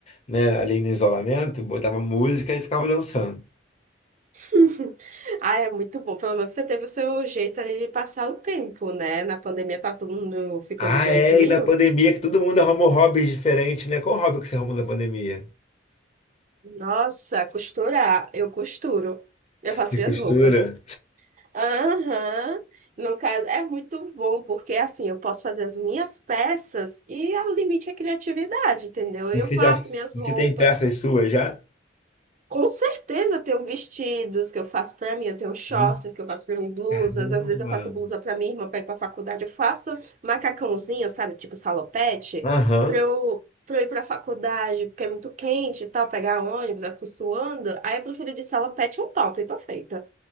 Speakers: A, on the left; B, on the right.
A: né, ali no isolamento, botava música e ficava dançando.
B: <laughs> Ah, é muito bom. Pelo menos você teve o seu jeito ali de passar o tempo, né? Na pandemia tá todo mundo ficando
A: Ah,
B: doidinho.
A: é, e na pandemia que todo mundo arrumou hobbies diferentes, né? Qual hobby que você arrumou na pandemia?
B: Nossa, costurar. Eu costuro. Eu faço
A: De
B: minhas
A: costura?
B: roupas. Aham. No caso, é muito bom, porque assim, eu posso fazer as minhas peças e o limite é criatividade, entendeu?
A: Você
B: Eu faço
A: já,
B: minhas
A: você
B: roupas.
A: tem peças suas já?
B: Com certeza eu tenho vestidos que eu faço pra mim, eu tenho shorts
A: Hum,
B: que eu faço pra mim, blusas,
A: Caramba.
B: às vezes eu faço blusa pra minha irmã pra ir pra faculdade, eu faço macacãozinho, sabe, tipo salopete,
A: Aham.
B: pra eu, pra eu ir pra faculdade, porque é muito quente e tal, pegar ônibus, eu fico suando, aí eu prefiro de salopete um top, e tô feita.